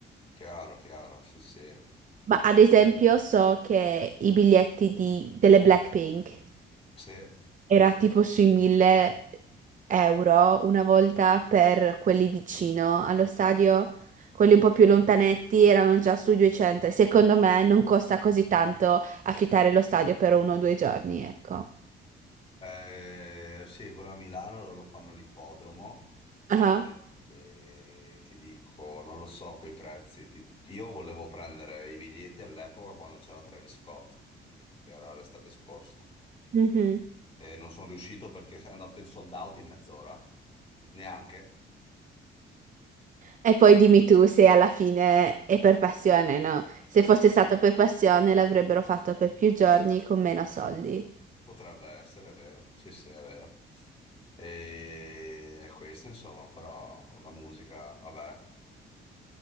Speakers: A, on the left; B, on the right.
A: chiaro, chiaro, sì, sì.
B: Ma ad esempio so che i biglietti di- delle Blackpink
A: Sì,
B: Era tipo sui 1000 euro una volta per quelli vicino allo stadio, quelli un po' più lontanetti erano già sui 200. e Secondo me non costa così tanto affittare lo stadio per uno o due giorni, ecco.
A: Eh, sì, quello a Milano lo, lo fanno all'ippodromo.
B: Ah,
A: eh, e ti dico, non lo so coi prezzi. ti- io volevo prendere i biglietti all'epoca quando c'era Travis Scott, che era l'estate scorsa.
B: mhm.
A: E non sono riuscito perché è andato in sold out in mezz'ora, neanche.
B: E poi dimmi tu se alla fine è per passione, no? Se fosse stato per passione l'avrebbero fatto per più giorni con meno soldi.
A: Potrebbe essere, è vero. Sì, sì, è vero. E è questo, insomma, però la musica, vabbè, mh,